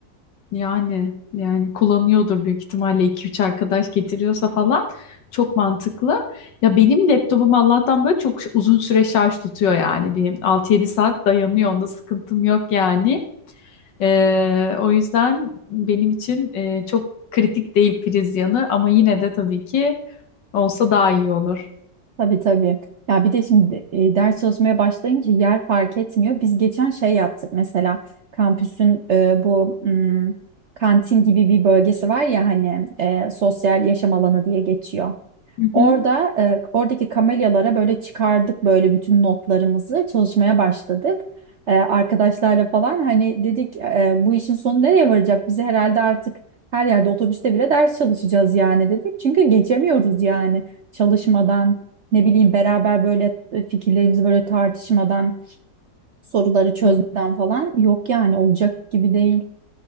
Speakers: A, on the left; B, on the right.
A: yani yani kullanıyordur büyük ihtimalle iki üç arkadaş getiriyorsa falan. Çok mantıklı. Ya benim laptopum Allah'tan böyle çok uzun süre şarj tutuyor yani. Bir altı yedi saat dayanıyor. Onda sıkıntım yok yani. Ee, o yüzden benim için e, çok kritik değil priz yanı ama yine de tabii ki olsa daha iyi olur.
B: Tabii tabii. Ya bir de şimdi e, ders çalışmaya başlayınca yer fark etmiyor. Biz geçen şey yaptık mesela kampüsün e, bu mm, kantin gibi bir bölgesi var ya hani e, sosyal yaşam alanı diye geçiyor.
A: Hı hı.
B: Orada e, oradaki kamelyalara böyle çıkardık böyle bütün notlarımızı çalışmaya başladık. E, arkadaşlarla falan hani dedik e, bu işin sonu nereye varacak? Bizi herhalde artık her yerde otobüste bile ders çalışacağız yani dedik. Çünkü geçemiyoruz yani çalışmadan ne bileyim beraber böyle e, fikirlerimizi böyle tartışmadan soruları çözmeden
A: Hı,
B: falan yok yani olacak gibi değil.